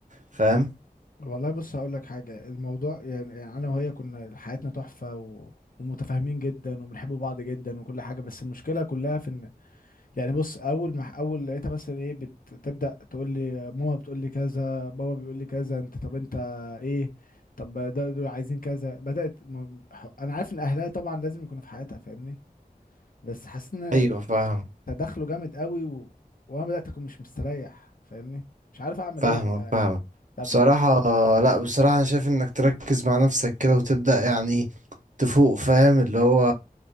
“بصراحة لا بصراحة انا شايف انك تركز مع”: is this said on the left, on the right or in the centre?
Right